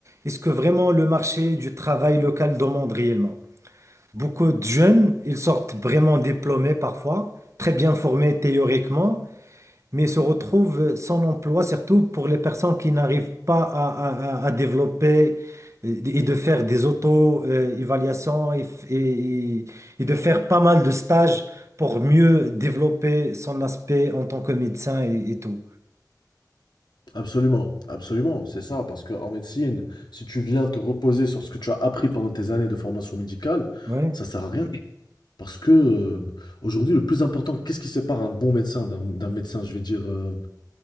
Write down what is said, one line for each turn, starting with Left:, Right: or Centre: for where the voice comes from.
Right: et ce que vraiment le marché du travail local demande réellement. Beaucoup de jeunes, ils sortent vraiment diplômés parfois, très bien formés théoriquement, mais se retrouvent sans emploi, surtout pour les personnes qui n'arrivent pas à, à- à- à développer euh, et de faire des auto-évaluations et, f- et et- et de faire pas mal de stages pour mieux développer son aspect en tant que médecin et, et tout.
Left: Absolument. Absolument. C'est ça. Parce qu'en médecine, si tu viens te reposer sur ce que tu as appris pendant tes années de formation médicale,
Right: Ouais.
Left: ça sert à rien. Parce que euh, aujourd'hui, le plus important, qu'est-ce qui sépare un bon médecin d'un d'un médecin, je vais dire, euh,